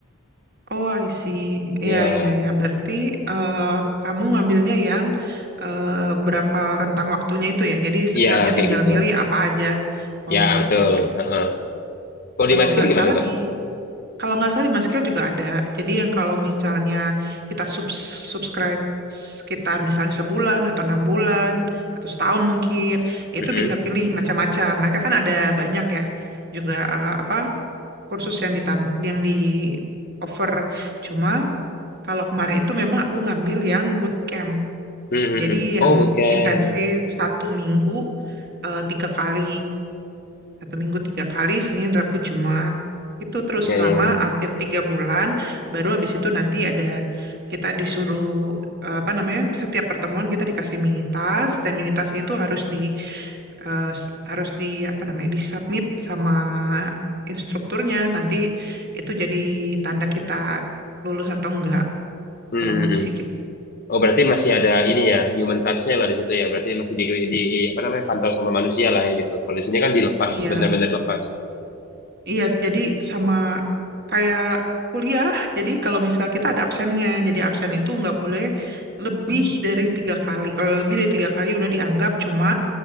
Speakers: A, on the right; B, on the left.
A: Oh, I see.
B: Ya,
A: Iya, iya, ya. Berarti eh, kamu ngambilnya yang eh, berapa rentang waktunya itu ya. Jadi skillnya
B: iya kayak
A: tinggal
B: gitu.
A: milih apa aja. Oh,
B: Ya betul.
A: oke, oke.
B: Heeh. Kalau
A: Kalau
B: di MySkill
A: nggak
B: gimana
A: salah
B: kak?
A: di kalau nggak salah di Maskill juga ada. Jadi yang kalau misalnya kita subs- subscribe sekitar misalnya sebulan atau enam bulan atau setahun mungkin itu
B: Mhm.
A: bisa pilih macam-macam. Mereka kan ada banyak ya juga eh, apa kursus yang ditam yang di offer. Cuma kalau kemarin itu memang aku ngambil yang bootcamp.
B: Mhm,
A: Jadi
B: mhm. Oh,
A: yang
B: bukan.
A: intensif satu minggu eh, tiga kali, satu minggu tiga kali, Senin, Rabu, Jumat. Itu terus
B: Ya,
A: selama
B: ya, ya.
A: hampir tiga bulan. Baru habis itu nanti ada kita disuruh eh, apa namanya? Setiap pertemuan kita dikasih mini task dan mini tasknya itu harus di eh, s- harus di apa namanya? Disubmit sama instrukturnya. Nanti itu jadi tanda kita lulus atau enggak.
B: Hmm.
A: Kurang
B: hmm,
A: lebih
B: hmm.
A: sih gitu.
B: Oh, berarti masih ada ini ya, human touch-nya lah di situ ya. Berarti masih di, di apa namanya, kantor sama manusia lah ya gitu. Kalau di sini kan dilepas,
A: Iya.
B: benar-benar lepas.
A: Iya, jadi sama kayak kuliah. Jadi kalau misal kita ada absennya, jadi absen itu nggak boleh lebih dari tiga kali. Kalau lebih dari tiga kali udah dianggap cuma